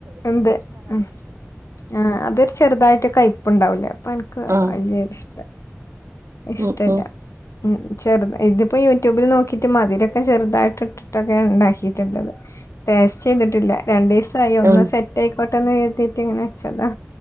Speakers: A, on the left; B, on the right.
A: എന്ത് ഉം ആ അതൊരു ചെറുതായിട്ട് കയ് പ്പുണ്ടാവൂല അപ്പൊ എൻക്ക്
B: ആഹ്
A: വല്ല്യൊരിഷ്ട ഇഷ്ടല്ല.
B: ഉം ഉം
A: ഉം ചെറുതാ ഇതിപ്പോ യൂട്യൂബിൽ നോക്കിയിട്ട് മതിരൊക്കെ ചെറുതായിട്ട് ഇട്ടിട്ടൊക്കെ ഇ ണ്ടാക്കിയിട്ടുള്ളത്. ടേസ്റ്റ് ചെയ്തിട്ടില്ല രണ്ടു ദിവസായി ഒന്ന്
B: ഉം
A: സെറ്റ് ആയിക്കോട്ടെന്ന് കരുതിയിട്ട് ഇങ്ങനെ വെച്ചതാ